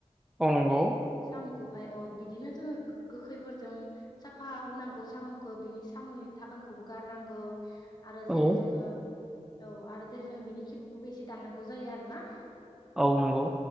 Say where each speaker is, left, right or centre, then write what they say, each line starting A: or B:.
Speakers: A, in the centre; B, on the left.
A: मावनांगौ
B: साम'खौहाय औ बिदिनो जोङो गोखैफोरजों साफा होनांगौ साम'खौ बेनि साम'नि थाखोनखौबो गारनांगौ आरो
A: औ
B: जेरै जोङो औ आरो जेरै जों बेनि खिब'खौबो एसे दाननांगौ जायो आरोोना
A: औ नंगौ।